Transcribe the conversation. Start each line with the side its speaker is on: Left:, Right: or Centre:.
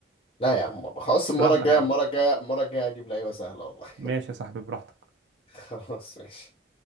Left: لا يا عم خلاص المره
Right: براحتك
Left: الجايه
Right: يا عم
Left: المره الجايه المره الجايه اجيب لعيبه سهله والله
Right: ماشي يا صاحبي براحتك
Left: <laughs> خلاص ماشي